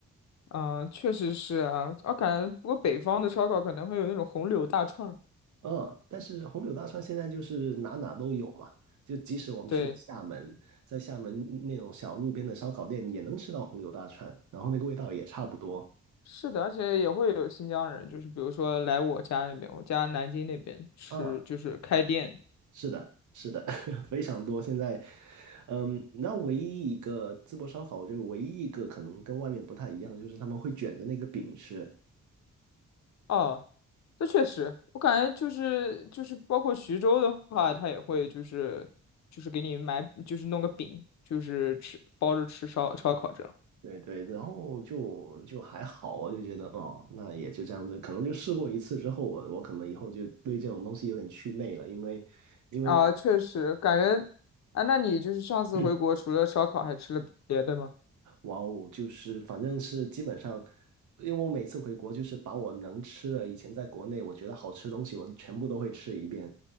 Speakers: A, on the left; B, on the right.
A: 嗯、确实是啊，我感觉不过北方的烧烤可能会有那种红柳大串儿
B: 嗯，但是红柳大串现在就是哪哪都有嘛，就即使我们去了厦门，
A: 对。
B: 在厦门那种小路边的烧烤店也能吃到红柳大串，然后那个味道也差不多。
A: 是的，而且也会有新疆人，就是比如说来我家那边，我家南京那边吃，
B: 啊，
A: 就是开店。
B: 是的，是的，<laughs> 非常多。现在，嗯，那唯一一个淄博烧烤，就觉得唯一一个可能跟外面不太一样，就是他们会卷着那个饼吃，
A: 哦，这确实，我感觉就是就是包括徐州的话，他也会就是就是给你买，就是弄个饼，就是吃包着吃烧烧烤这样。
B: 对对，然后就就还好，我就觉得哦，那也就这样子，可能就试过一次之后，我我可能以后就对这种东西有点祛魅了，因为因为
A: 啊，确实感觉啊，那你就是上次回国除了烧烤还吃了别的吗？
B: 嗯哇哦，就是反正是基本上，因为我每次回国就是把我能吃的，以前在国内我觉得好吃的东西，我全部都会吃一遍。